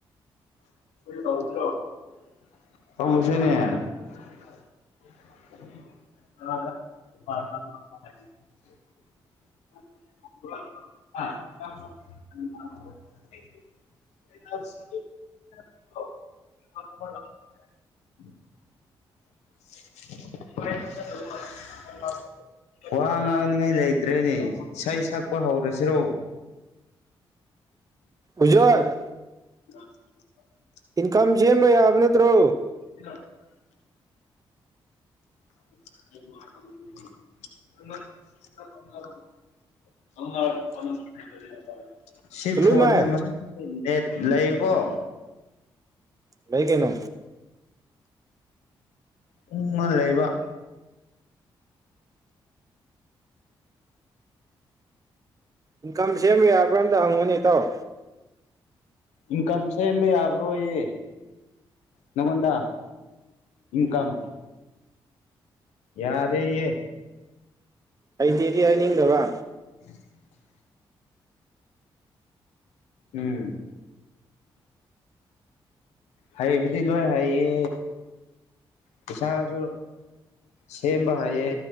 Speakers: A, on the left; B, on the right.
A: <unintelligible> <unintelligible> <unintelligible> ꯐꯣꯟ ꯅꯝꯕꯔꯣ <unintelligible> <unintelligible> <unintelligible> ꯋꯥ ꯉꯥꯡꯅꯤꯉꯥꯏ ꯂꯩꯇ꯭ꯔꯦꯅꯦ ꯏꯁꯩ ꯁꯛꯄ ꯍꯧꯔꯁꯤꯔꯣ
B: ꯎꯖꯣꯏ
A: <unintelligible>
B: ꯏꯟꯀꯝ ꯁꯦꯝꯕ ꯌꯥꯕ ꯅꯠꯇ꯭ꯔꯣ
A: <unintelligible> <unintelligible> <unintelligible> ꯁꯤ
B: ꯆꯨꯂꯨꯞ
A: ꯐꯣꯟꯁꯦ
B: ꯃꯥꯏ
A: ꯃꯁ <unintelligible> ꯅꯦꯠ ꯂꯩꯉꯨꯀꯣ
B: ꯂꯩ ꯀꯩꯅꯣ
A: <unintelligible> ꯂꯩꯕ
B: ꯏꯟꯀꯝ ꯁꯦꯝꯕ ꯌꯥꯕ꯭ꯔꯥ ꯑꯝꯇ ꯍꯪꯉꯨꯅꯦ ꯏꯇꯥꯎ
A: ꯏꯟꯀꯝ ꯁꯦꯝꯕ ꯌꯥꯕ꯭ꯔꯣꯌꯦ ꯅꯪꯉꯣꯟꯗ ꯏꯟꯀꯝ ꯌꯥꯗꯦ ꯌꯦ
B: ꯍꯩꯇꯦꯗꯤ ꯍꯥꯏꯅꯤꯡꯗꯕ
A: <unintelligible> ꯎꯝ ꯍꯩꯕꯨꯗꯤ ꯂꯣꯏ ꯍꯩꯌꯦ ꯄꯩꯁꯥꯁꯨ ꯁꯦꯝꯕ ꯍꯩꯌꯦ